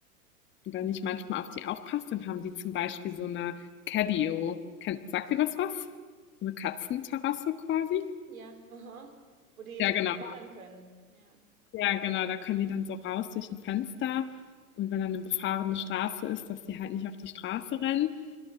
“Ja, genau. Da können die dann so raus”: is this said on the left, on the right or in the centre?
Left